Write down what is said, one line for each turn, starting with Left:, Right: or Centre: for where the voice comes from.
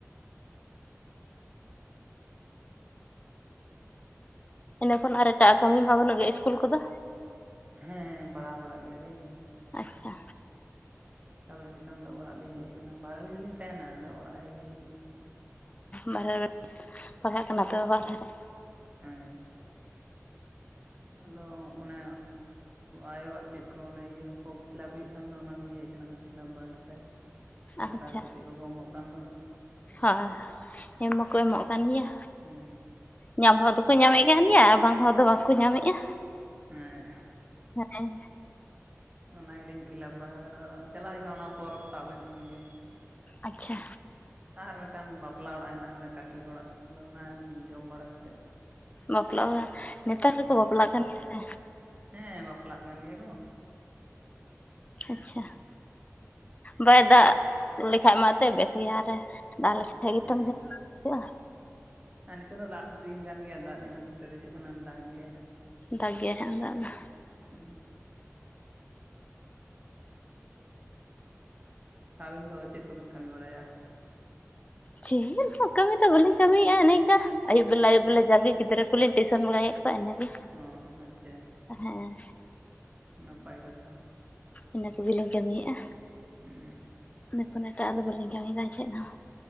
Left: ᱤᱱᱟᱹ ᱠᱷᱚᱱ ᱟᱨ ᱮᱴᱟᱜ ᱠᱟᱹᱢᱤ ᱫᱟ ᱵᱟᱹᱱᱩᱜ ᱜᱮᱭᱟ ᱤᱥᱠᱩᱞ ᱠᱚᱫᱚ
Right: ᱦᱮᱸ ᱯᱟᱲᱦᱟᱣ ᱵᱟᱲᱟᱜ ᱜᱮᱭᱟᱞᱤᱧ
Left: ᱟᱪᱪᱷᱟ
Right: ᱛᱟᱯᱚᱨᱮ ᱱᱤᱛᱚᱝ ᱫᱚ ᱚᱲᱟᱜ ᱞᱤᱧ ᱦᱮᱡ ᱟᱠᱟᱱᱟ ᱵᱟᱨᱦᱮ ᱨᱮ ᱜᱮᱞᱤᱧ ᱛᱟᱦᱮᱱᱟ ᱟᱫᱚ ᱚᱲᱟᱜ ᱦᱮᱡ ᱦᱩᱭ ᱟᱠᱟᱱᱟ
Left: ᱵᱟᱨᱦᱮ ᱨᱮ ᱵᱮᱱ ᱯᱟᱲᱦᱟᱜ ᱠᱟᱱᱟ ᱛᱚᱵᱮ ᱵᱟᱨᱦᱮ ᱨᱮ ᱦᱮᱸ
Right: ᱦᱮᱸ ᱟᱫᱚ ᱚᱱᱮ ᱟᱭᱳᱣᱟᱜ ᱪᱮᱫ ᱠᱚ ᱤᱭᱟᱹ ᱯᱷᱤᱞᱟᱯ ᱦᱩᱭᱩᱜ ᱠᱟᱱ ᱫᱚ ᱚᱱᱟ ᱠᱚᱞᱤᱧ ᱦᱮᱡ ᱟᱠᱟᱱᱟ ᱯᱷᱤᱞᱟᱯ ᱵᱟᱲᱟ ᱠᱟᱜ ᱛᱟᱭᱟᱞᱤᱧ ᱥᱚᱨᱠᱟᱨ
Left: ᱟᱪᱪᱷᱟ
Right: ᱠᱚ ᱪᱮᱫ ᱠᱚᱠᱚ ᱮᱢᱚᱜ ᱠᱟᱱ ᱫᱚ
Left: ᱦᱳᱭ ᱮᱢ ᱢᱟᱠᱚ ᱮᱢᱚᱜ ᱠᱟᱱ ᱜᱮᱭᱟ
Right: ᱦᱮᱸ
Left: ᱧᱟᱢ ᱦᱚᱲ ᱫᱚᱠᱚ ᱧᱟᱢᱮᱫ ᱠᱟᱱ ᱜᱮᱭᱟ ᱵᱟᱝ ᱦᱚᱲ ᱫᱚ ᱵᱟᱠᱚ ᱧᱟᱢᱮᱫᱼᱟ
Right: ᱦᱮᱸ
Left: ᱦᱮᱸ
Right: ᱚᱱᱟ ᱜᱮᱞᱤᱧ ᱯᱷᱤᱞᱟᱯ ᱵᱟᱲᱟ ᱠᱟᱫᱟ ᱟᱫᱚ ᱪᱟᱞᱟᱜ ᱦᱩᱭᱩᱜᱼᱟ ᱚᱱᱟ ᱯᱚᱨᱚᱵᱽ ᱛᱟᱵ ᱞᱮᱱᱠᱷᱟᱱ ᱜᱮ
Left: ᱟᱪᱪᱷᱟ
Right: ᱟᱨ ᱢᱤᱫᱴᱟᱝ ᱵᱟᱯᱞᱟ ᱚᱲᱟᱜ ᱦᱮᱱᱟᱜᱼᱟ ᱠᱟᱹᱠᱤ ᱦᱚᱲᱟᱜ ᱟᱫᱚ ᱚᱱᱟ ᱡᱚᱢ ᱵᱟᱲᱟ ᱠᱟᱛᱮᱫ
Left: ᱵᱟᱯᱞᱟ ᱚᱲᱟ ᱱᱮᱛᱟᱨ ᱦᱚᱸᱠᱚ
Right: ᱦᱮᱸ
Left: ᱵᱟᱯᱞᱟᱜ ᱠᱟᱱ ᱜᱮᱭᱟ ᱥᱮ
Right: ᱦᱮᱸ ᱵᱟᱯᱞᱟᱜ ᱠᱟᱱ ᱜᱮᱭᱟ ᱠᱚ
Left: ᱟᱪᱪᱷᱟ ᱵᱟᱭ ᱫᱟᱜ ᱞᱮᱠᱷᱟᱡ ᱟᱛᱮ ᱵᱮᱥ ᱜᱮᱭᱟ ᱟᱨᱮ ᱫᱟᱜ ᱞᱮᱠᱷ ᱟᱡ ᱜᱮᱛᱚᱢ
Right: ᱦᱮᱸ
Left: <unintelligible> ᱦᱩᱭᱩᱜ-ᱟ
Right: ᱟᱨ ᱱᱤᱛᱚᱝ ᱫᱚ ᱫᱟᱜ ᱫᱤᱱ ᱠᱟᱱ ᱜᱮᱭᱟ ᱫᱟᱜ ᱫᱤᱱ ᱦᱚ ᱥᱮᱴᱮᱨ ᱦᱤᱡᱩᱜ ᱠᱟᱱᱟ ᱫᱟᱜ ᱜᱮᱭᱟᱭ ᱦᱟᱸᱜ
Left: ᱫᱟᱜ ᱜᱮᱭᱟᱭ ᱦᱟᱜ ᱫᱟᱜ ᱫᱚ
Right: ᱦᱩᱸᱜ ᱩᱸ ᱟᱵᱮᱱ ᱫᱚ ᱪᱮᱫ ᱠᱚᱵᱮᱱ ᱠᱟᱹᱢᱤ ᱵᱟᱲᱟᱭᱟ ᱟᱨ
Left: ᱪᱮᱫ ᱦᱚ ᱠᱟᱹᱢᱤ ᱫᱚ ᱵᱟᱹᱞᱤᱧ ᱠᱟᱹᱢᱤᱭᱮᱫᱼᱟ ᱱᱮᱝᱠᱟ ᱟᱭᱩᱵ ᱵᱮᱞᱟ ᱟᱭᱩᱵ ᱵᱮᱞᱟ ᱡᱟᱞᱤ ᱜᱤᱫᱽᱨᱟᱹ ᱠᱚᱞᱤᱧ ᱴᱤᱭᱥᱚᱱ ᱵᱟᱲᱟᱭᱮᱫ ᱠᱚᱣᱟ ᱤᱱᱟᱹᱜᱮ
Right: ᱚ ᱟᱪᱪᱷᱟ
Left: ᱦᱮᱸ
Right: ᱱᱟᱯᱟᱭ ᱠᱟᱛᱷᱟ
Left: ᱤᱱᱟᱹ ᱠᱚᱜᱮᱞᱤᱧ ᱠᱟᱹᱢᱤᱭᱮᱫᱼᱟ,
Right: ᱦᱩᱸ
Left: ᱤᱱᱟᱹ ᱠᱷᱚᱱ ᱮᱴᱟᱜᱟᱜ ᱫᱚ ᱵᱟᱹᱞᱤᱧ ᱠᱟᱹᱢᱤᱭᱮᱫᱟ ᱪᱮᱫ ᱦᱚᱸ